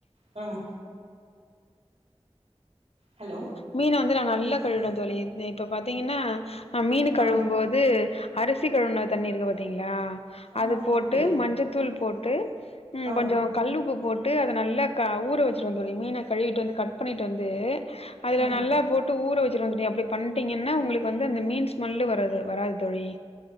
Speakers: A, on the right; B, on the left.
A: ம் ஹலோ
B: மீன வந்து நா நல்லா கழுவிடுவே தோழி இப்ப பாத்தீங்கனா அ மீனு கழுவும்போது
A: ஆ
B: அரிசி கழுவுன தண்ணி இருக்கு பாத்தீங்களா
A: ஆமாங்க
B: அது போட்டு
A: சிஸ்டர்
B: மஞ்சதூள் போட்டு ம்
A: ஆ
B: கொஞ்சோ கல்லு உப்பு போட்டு அத நல்லா க ஊற வச்சிருவோ தோழி மீன கழுவிட்டு வந்து கட் பண்ணிட்டு வந்து அதுல
A: ஆ
B: நல்லா போட் ட்டு ஊற வச்சிட்டு வந்துட்டே அப்டி பண்டிங்கன்னா உங்களுக்கு வந்து அந்த மீன் ஸ்மெல்லு வராது வராது தோழி